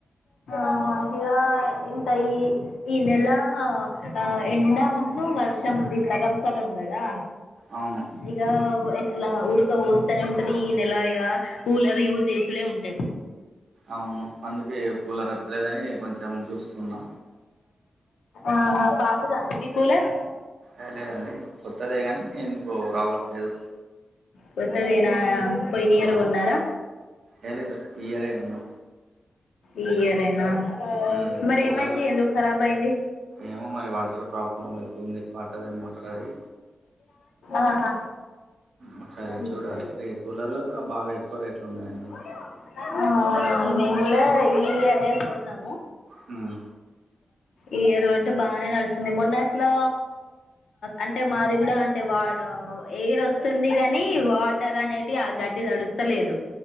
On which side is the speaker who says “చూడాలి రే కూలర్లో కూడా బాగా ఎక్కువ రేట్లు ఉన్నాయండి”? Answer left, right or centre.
Right